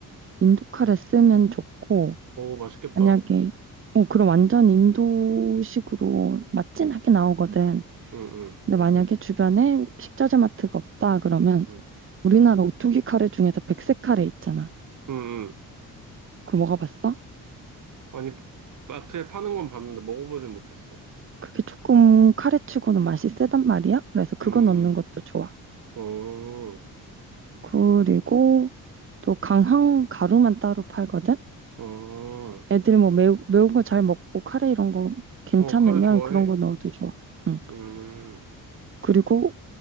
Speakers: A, on the right; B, on the right.
A: 인도 카레 쓰면 좋고
B: 오, 맛있겠다.
A: 만약에 어 그럼 완전 인도식으로 맛진하게
B: 응,
A: 나오거든.
B: 응, 응,
A: 근데 만약에 주변에 식자재 마트가 없다 그러면
B: 응,
A: 우리나라 오뚜기 카레 중에서 백색 카레 있잖아.
B: 응, 응.
A: 그거 먹어봤어?
B: 아니, 마트에 파는 건 봤는데 먹어보진 못했어.
A: 그게 조금 카레치고는 맛이 세단 말이야. 그래서 그거
B: 음,
A: 넣는 것도 좋아.
B: 어,
A: 그리고 또 강황 가루만 따로 팔거든.
B: 어,
A: 애들 뭐 매우, 매운 거 잘 먹고 카레 이런 거 괜찮으면
B: 어, 카레 좋아해.
A: 그런 거 넣어도 좋아. 응.
B: 음,
A: 그리고